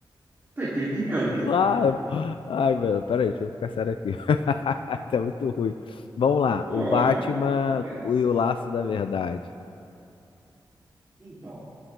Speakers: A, on the right (about 25°); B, on the left (about 90°).
A: Tá entendendo?
B: Claro. Ai, velho, peraí, deixa eu ficar sério aqui. <laughs> Tá muito ruim. Vamos lá.
A: Olha,
B: O Batman
A: é assim.
B: e o Laço da Verdade.
A: então,